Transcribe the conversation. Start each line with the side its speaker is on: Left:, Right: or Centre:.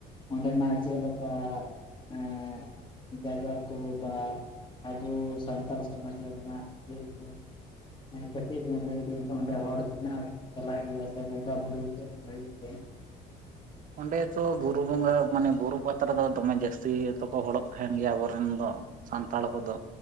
Left: ᱚᱸᱰᱮ ᱱᱟᱜ ᱪᱮᱜ ᱞᱮᱠᱟ ᱮᱸ ᱡᱟᱭᱜᱟ ᱠᱚ ᱵᱟ ᱟᱵᱚ ᱥᱟᱱᱛᱟᱬ ᱥᱚᱢᱟᱡᱽ ᱨᱮᱱᱟᱜ ᱤᱭᱟᱹ ᱠᱚ, ᱱᱮ ᱯᱟᱴᱤ ᱵᱚᱱᱫᱚᱭ ᱞᱟᱹᱜᱤᱫ ᱛᱮ ᱚᱱᱰᱮ ᱦᱚᱲ ᱛᱤᱱᱟᱹᱜ ᱪᱟᱞᱟᱜ ᱜᱮᱭᱟ ᱥᱮ ᱵᱚᱸᱜᱟ ᱵᱩᱨᱩ ᱪᱮᱫ ᱞᱮᱠᱟ ᱦᱩᱭᱩᱜ ᱜᱮᱭᱟ?
Right: ᱚᱸᱰᱮ ᱛᱚ ᱵᱩᱨᱩ ᱵᱚᱸᱜᱟ ᱢᱟᱱᱮ ᱵᱩᱨᱩ ᱯᱟᱛᱟ ᱨᱮᱫᱚ ᱫᱚᱢᱮ ᱡᱟᱹᱥᱛᱤ ᱫᱚᱠᱚ ᱦᱚᱲᱚᱜ ᱛᱟᱦᱮᱱ ᱜᱮᱭᱟ ᱟᱵᱚᱨᱮᱱ ᱫᱚ᱾ ᱥᱟᱱᱛᱟᱲ
Left: ᱦᱳᱭ
Right: ᱠᱚᱫᱚ